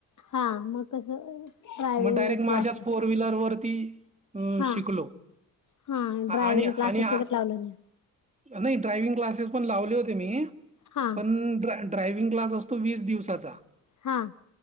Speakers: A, on the left; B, on the right.
A: हा मग. कस ड्रायविंग
B: मग डायरेक्ट माझ्याच
A: क्लासेस
B: फोर व्हीलर वरती अ
A: हा.
B: शिकलो
A: हा ड्रायव्हिंग
B: आणि
A: क्लासेस
B: आणि
A: वगैर लावल नाही.
B: नाही ड्रायविंग क्लासेस पण लावले होते मी
A: हा
B: पण. ड्रायव्हिंग क्लास असतो वीस दिवसांचा.
A: हा.